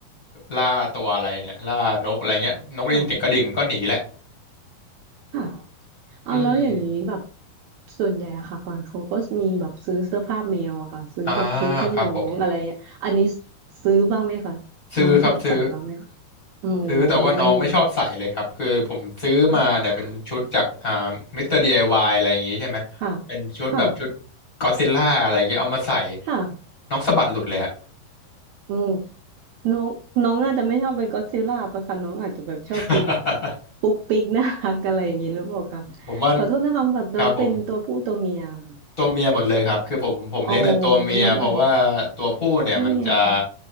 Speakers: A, on the left; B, on the right.
A: ล่าตัวอะไรเนี่ยล่านกอะไรเงี้ยนกได้ยินเสียงกระดิ่งมันก็หนีแหละ
B: ค่ะค่ะเอาแล้วอย่างนี้แบบ
A: อืม
B: ส่วนใหญ่อะค่ะฟอนเขาก็มีแบบซื้อเสื้อผ้าแมวอะค่ะซื้อแบบชุดให้น้องอะไรอะ่อันนี้
A: อ่าครับผม
B: ซื้อบ้างไหมคะน้องชอบใส่บ้างไหมคะ
A: ซื้อครับซื้อ
B: อืม
A: ซื้อแต่ว่าน้องไม่ชอบใส่เลยครับคือผมซื้อมาเนี่ยเป็นชุดจากอ่ามิสเตอร์ดีไอวายอะไรอย่างงี้ใช่ไหมเป็นชุดแบบชุด
B: ค่ะค่ะค่ะ
A: ก็อดซิลล่าอะไรอย่างเงี้ยเอามาใส่
B: ค่ะ
A: น้องสะบัดหลุดเลยฮะ
B: อืมน้องน้องน่าจะไม่ชอบเป็นก็อดซิลล่าปะคะน้องอาจจะแบบชอบฟีลแบบ
A: <laughs>
B: ปุ๊กปิ๊กน่ารักอะไรอย่างนี้หรือเปล่าคะ
A: ผมว่า
B: ขอโทษนะคะแบบน้องเป็นตัวผู้ตัวเมียค่ะ
A: ครับผมตัวเมียหมดเลยครับคือผมผมเลี้ยงแต่ตัวเมียเพราะว่าตัวผู้เนี่ยมันจะ
B: อ๋อน้องอ่านนี่ไงค่ะ